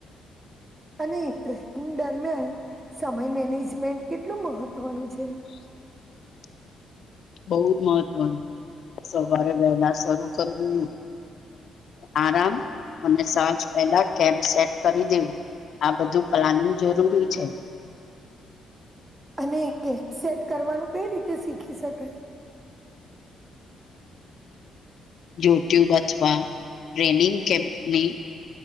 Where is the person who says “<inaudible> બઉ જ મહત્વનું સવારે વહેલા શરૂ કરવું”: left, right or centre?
Left